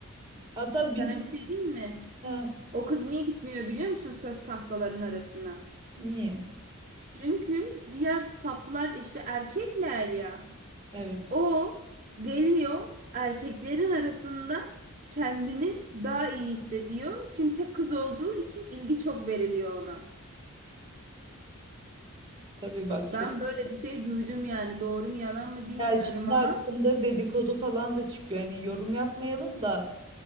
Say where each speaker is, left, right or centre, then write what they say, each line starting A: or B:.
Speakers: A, on the right (about 20°); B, on the right (about 40°).
A: Hatta
B: Sana
A: bizim...
B: bir şey diyeyim mi?
A: Heh,
B: O kız niye gitmiyor biliyor musun sörf tahtaların arasına?
A: niye?
B: Çünkü diğer saplar işte erkekler ya.
A: Evet.
B: O geliyor erkeklerin arasında kendini daha iyi hissediyor. Çünkü tek kız olduğu için ilgi çok veriliyor ona.
A: Tabii bak
B: Ben
A: çok
B: böyle bir şey duydum yani. Doğru mu yalan mı bilmiyorum
A: Ya şimdi
B: ama.
A: hakkında dedikodu falan da çıkıyor. Hani yorum yapmayalım da